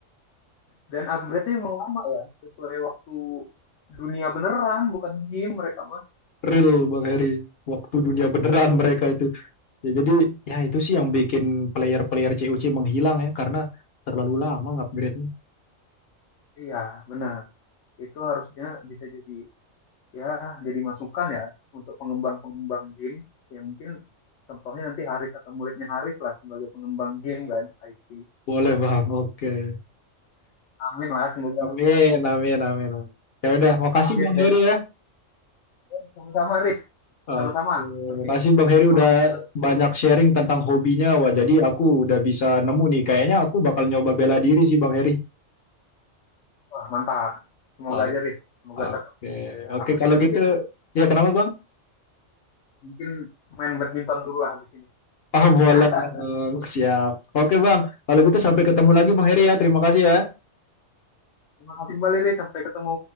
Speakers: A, on the left; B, on the left.
A: Dan upgrade-nya memang lama ya, sesuai waktu dunia beneran, bukan game mereka mah.
B: Real Bang Heri. Waktu dunia beneran mereka itu. Ya, jadi ya itu sih yang bikin player-player CUC menghilang ya karena terlalu lama upgrade.
A: Iya, benar. Itu harusnya bisa jadi ya jadi masukan ya untuk pengembang-pengembang game ya mungkin contohnya nanti Haris atau muridnya Haris lah sebagai pengembang game kan IT
B: Boleh bang, oke.
A: amin lah semoga
B: Amin,
A: nanti ada
B: amin, amin. amin. Ya udah, makasih
A: lahir
B: bang
A: dari
B: Heri ya.
A: eh, sama-sama Haris
B: Oke,
A: sama-sama perbincangan
B: makasih bang
A: Riz
B: Heri
A: malam
B: udah
A: ini mantap
B: banyak sharing tentang hobinya. Wah, jadi aku udah bisa nemu nih. Kayaknya aku bakal nyoba bela diri sih bang Heri.
A: Wah, mantap semoga
B: Oke,
A: aja Riz semoga
B: oke,
A: cocok
B: Oke,
A: aku
B: kalau
A: juga mungkin
B: gitu ya kenapa bang?
A: mungkin main badminton dulu lah habis ini
B: Ah boleh bang,
A: <laughs>
B: siap. Oke bang, kalau gitu sampai ketemu lagi bang Heri ya. Terima kasih ya.
A: terima kasih kembali Riz sampai ketemu